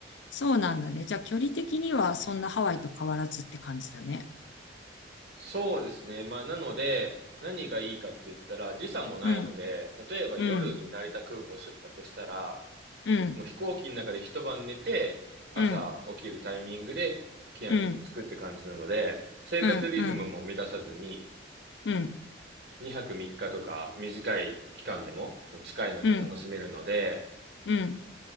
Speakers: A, on the left; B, on the right.
A: そうなんだね。じゃあ距離的にはそんなハワイと変わらずって感じだね。
B: そうですね。まあ、なので、何がいいかって言ったら、時差もないので、
A: うん、
B: 例えば夜に成田空港を出発したら、
A: うん、うん、
B: もう飛行機の中で一晩寝て、朝起きるタイミングでキアンズに着くって感じなので、
A: うん、うん、
B: 生活リズムも乱さずに、
A: うん、うん、うん、
B: 2泊3日とか短い期間でも近いので楽しめるので、
A: うん、うん。